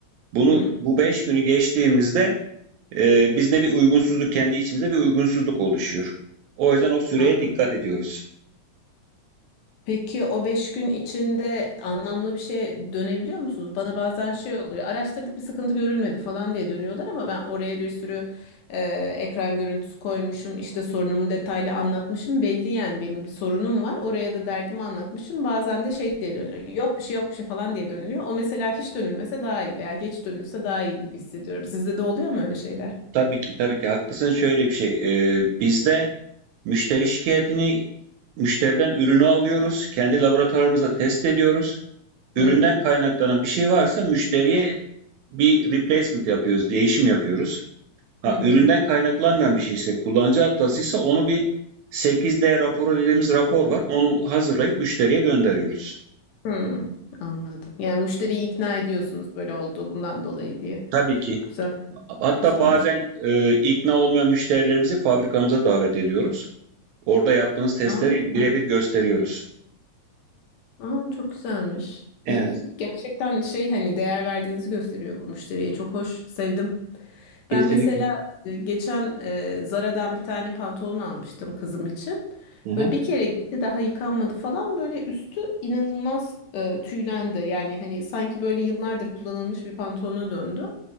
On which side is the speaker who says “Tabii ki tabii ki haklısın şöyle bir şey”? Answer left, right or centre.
Right